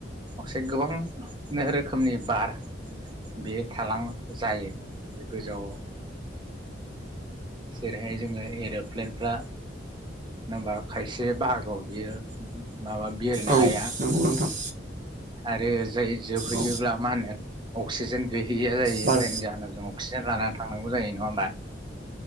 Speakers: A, on the right; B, on the right.
A: अक्साइड गोबां रोखोमनि बार बियो थालां जायो गोजौआव जेरैहाय जोङो एर'प्लेनफ्रा होनबा खायसे बाहागोआव बियो माबा बिरनो
B: औ
A: हाया
B: नंगौ नोंथां
A: आरो जाय जोबहैयोब्ला
B: औ
A: मा होनो अक्सिजेन गै गैया जायो
B: बार
A: जायनि जाहोनाव जों अक्सिजेन लानानै थांनांगौ जायो नंङा होमबा